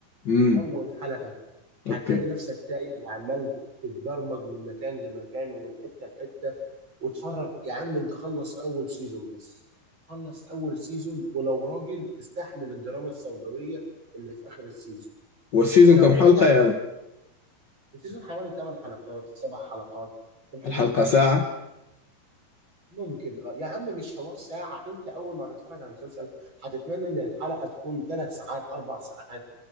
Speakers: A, on the left (about 65°); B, on the right (about 30°).
A: امم
B: من اول حلقه هتلاقي
A: اوكي
B: نفسك تايه وعمال تتبرمج من مكان لمكان ومن حته لحته واتفرج يا عم انت خلص اول سيزون بس خلص اول سيزون ولو راجل استحمل الدراما السوداويه اللي في اخر السيزون
A: والسيزون
B: لو
A: كم حلقه
B: جدع
A: يا مان
B: السيزون حوالي 8 حلقات 7 حلقات في الحدود
A: الحلقه
B: دي
A: ساعه
B: ممكن اه يا عم مش حوار ساعة انت اول ما هتتفرج على المسلسل هتتمنى ان الحلقة تكون ثلاث ساعات اربع ساعات